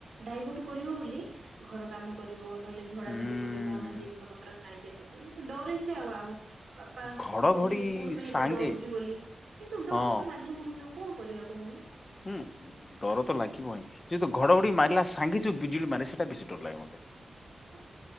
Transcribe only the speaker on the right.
ଡାଇବର୍ଟ କରିବ ବୋଲି ଘର କାମ କରିବ ନ ହେଲେ ଝଡାଝଡି
କରିବ ନା ଜିନିଷ ପତ୍ର ସାଇଜରେ ରଖିବ ଡରେ ସେ ଆଉ ବାପା
କୁହନ୍ତି କଣ ପାଇଁ
ଏତେ ଡରୁଛୁ ବୋଲି? କିନ୍ତୁ ଡର
ତ ଲାଗେ ମଣିଷ କଣ କରିବା କହୁନୁ।
ହଁ